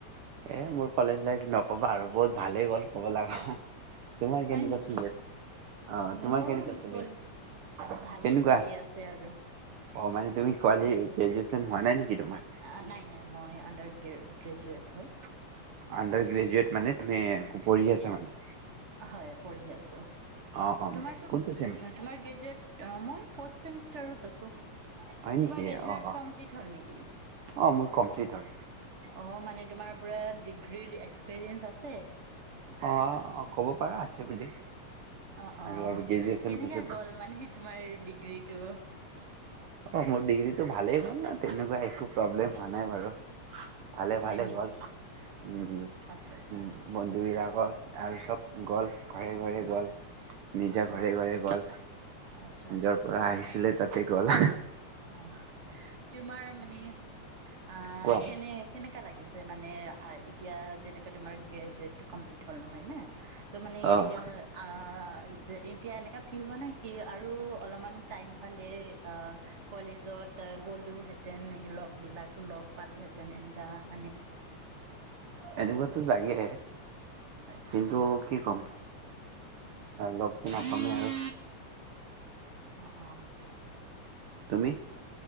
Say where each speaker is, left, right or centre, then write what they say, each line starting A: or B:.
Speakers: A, on the right; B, on the right.
A: এ মোৰ কলেজ লাইফ নকবা আৰু বহুত ভালে গ'ল ক'ব লাগা। তোমাৰ
B: হয়
A: কেনেুৱা
B: নেকি
A: চ অ
B: মোৰ
A: তোমাৰ কেনেকুৱা চ
B: চলি ভালেই
A: কেনেকুৱা
B: চলি আছে আৰু
A: অ মানে তুমি কোৱ। হোৱা নাই নেকি তোমাৰ
B: অ নাই নাই মই আডাৰ। গ্ৰেজুট হয়।
A: আডাৰ গ্ৰেজুৱেট মানে ত পঢ়ি আছা মানে।
B: হয় পঢ়ি আছো।
A: অ অ
B: চেমিষ্টাৰত
A: কোনটো চেমিষ্টাৰ
B: আছো।
A: হয় নেকি
B: তোমাৰ গ্ৰেজট
A: অ অ
B: কমপ্লিট হল নেকি
A: অ মোৰ কমপ্লিট হ'ল
B: অ মানে। তোমাৰ পুৰা ডিগ্ৰি এক্সপেৰিয়েনচ আছে।
A: অ। ক'ব পাৰা আছে বুলি।
B: অ
A: আৰু
B: অ
A: গ্ৰেজুৱেচন
B: কেনেক
A: পিছতো
B: গ'ল মানে তোমাৰ ডিগ্ৰীটো।
A: অ মোৰ ডিগ্ৰীতটো ভালেই হল তেনেকুৱা একো প্ৰব্লেম হোৱা নাই বাৰু। ভালে
B: হয়
A: ভালে
B: নেকি?
A: গল, উম
B: আচ্ছা আচ্ছা
A: বন্ধুবিলাক গছ আল চব গল ঘৰে ঘৰে গল। নিজা
B: হয়
A: ঘৰে
B: নেকি?
A: ঘৰে গ'ল,
B: আচ্ছা আচ্ছা
A: নিজৰ পৰা আহিছিলে তাত ঠিক হল।
B: অ, তোমাৰ মানে অ
A: কোৱা
B: কেনে কেনেকা লাগিছ চে মানে, এতিয়া যেনেকা তোমাৰ গগ্ৰেজুৱেট কপ্লিট হল নহয় নে? তো মানে
A: অ',
B: এতিয়া আ যে এতিয়া এনেকা ফিল হোৱা নাই কি আৰু অলপমান টাইম পালে, অ। কলেজত তই গলোহেঁতেন লগ বিলাক লগ পালোহেঁতেন, এনেকা মানে
A: এনেকুৱাতো লাগে।
B: হয়।
A: কিন্তু কি কম লগপ দিনা কমে আৰু
B: অ অ
A: তুমি?